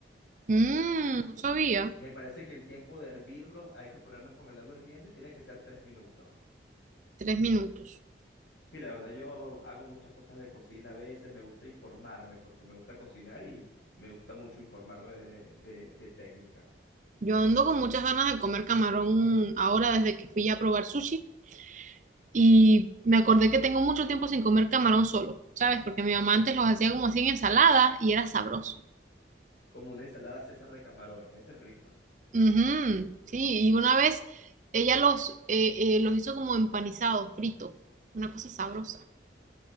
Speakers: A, on the right; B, on the left.
A: Mmm, no sabía.
B: Me parece que el tiempo de hervirlos hay que ponerlos con el agua hirviendo y tiene que ser tres minutos.
A: Tres minutos.
B: Sí, la verdad yo hago hago muchas cosas de cocina a veces, me gusta informarme porque me gusta cocinar y me gusta mucho informarme de, de- de técnicas.
A: Yo ando con muchas ganas de comer camarón ahora desde que fui a probar sushi y me acordé que tengo mucho tiempo sin comer camarón solo, ¿sabes? Porque mi mamá antes los hacía como así en ensalada y era sabroso.
B: Como una ensalada César de camarones, esa es rica.
A: Ujú, sí, y una vez ella los, eh, eh, los hizo como empanizados, frito, una cosa sabrosa.